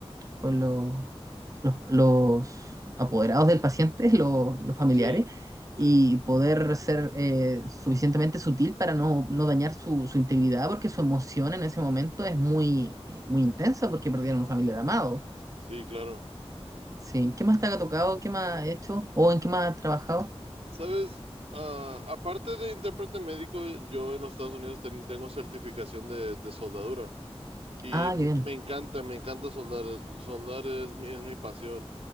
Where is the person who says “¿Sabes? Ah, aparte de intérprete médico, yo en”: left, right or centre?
Right